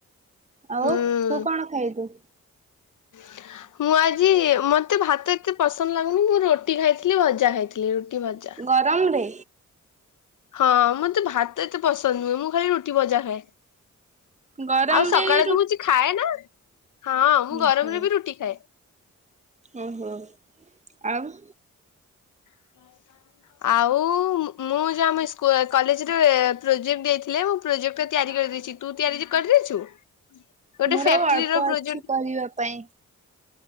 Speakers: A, on the right (about 25°); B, on the left (about 75°).
A: ଆଉ
B: ହୁଁ
A: ତୁ କଣ ଖାଇଵୁ?
B: <inaudible> ମୁଁ ଆଜି ମତେ ଭାତ ଏତେ ପସନ୍ଦ ଲାଗୁନି ମୁଁ ରୁଟି ଖାଇଥିଲି ଭଜା ଖାଇଥିଲି ରୁଟି, ଭଜା।
A: ଗରମରେ
B: ହଁ ମତେ ଭାତ ଏତେ ପସନ୍ଦ ନୁହେଁ, ମୁଁ ଖାଲି ରୁଟି ଭଜା ଖାଏ।
A: ଗରମରେ
B: ଆଉ ସକାଳେ
A: ବି
B: ତ ମୁଁ କିଛି ଖାଏ ନା। ହଁ ମୁଁ
A: ହୁଁ
B: ଗରମରେ
A: ହୁଁ
B: ବି ରୁଟି ଖାଏ।
A: ଓହୋ ଆଉ
B: <inaudible> ଆଉ ମୁଁ ଯା ଆମ କଲେଜରେ ପ୍ରୋଜେକ୍ଟ ଦେଇଥିଲେ ମୁଁ ପ୍ରୋଜେକ୍ଟଟା ତିଆରି କରିଦେଇଛି। ତୁ ତିଆରି କରିଦେଇଛୁ। ଗୋଟେ
A: ମୋର
B: ଫ୍ୟାକ୍ଟ୍ରି
A: ଆଉ ଅଳ୍ପ
B: ର
A: ଅଛି
B: ପ୍ରୋଜେକ୍ଟ
A: କରିବା ପାଇଁ